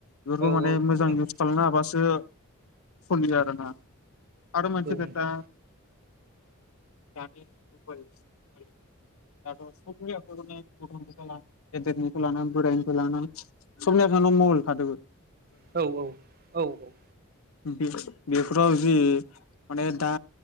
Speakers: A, on the left; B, on the right.
A: बेफोरखौ
B: औ
A: माने
B: औ नंगौ
A: मोजां
B: नोंथां
A: इउस खालामनो हाबासो सलियो आरो ना। आरो मोनसे
B: औ
A: खोथा।
B: नोंथां
A: <unintelligible> दाथ' सनि आखाइायावखौ गथ लानानै गेदेरनिखौ लानानै बोरायनिफ्राय लानानै सबनि आखायावयावनो मबेल थाजोबो
B: औ औ औ औ
A: बे बेफोराव जि माने दा